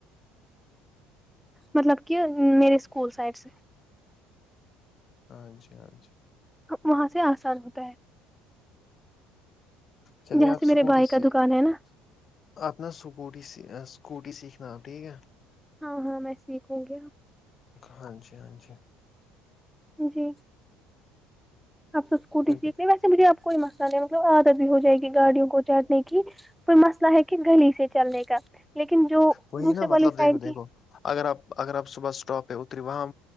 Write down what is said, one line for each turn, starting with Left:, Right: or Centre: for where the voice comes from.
Centre: مطلب کہ میرے سکول سائڈ سے
Left: ہاچھا اچھا
Centre: وہاں سے آسان ہوتا ہے
Left: چلے
Centre: جہاں
Left: آپ
Centre: سے
Left: اسکوٹی
Centre: میرے بھائی کا
Left: سے
Centre: دکان ہے نا
Left: اپنا سکوٹی س سکوٹی سیککھناپ ٹھیک ہے
Centre: ہاں ہاں میں سیکھوں گی
Left: ہاں جی ہاں جی
Centre: جی آپ تو اسکوٹی
Left: کیونکہ
Centre: سیکتنے ویس مجھے آپ کوئی مسئلہ نہیں مطلب عادت بھی ہو جائے گی گاڑیوں کو چاٹنے کی کوئی مسئلہ ہے کہ گلی سے چلنے کا لیکن جو
Left: وہی
Centre: دوسرے
Left: نا
Centre: والی
Left: مطلب
Centre: سائڈ
Left: دیکھو
Centre: کی
Left: دیکھو اگر آپ اگر آپ صبح اسٹاپ پہ اتری وہاں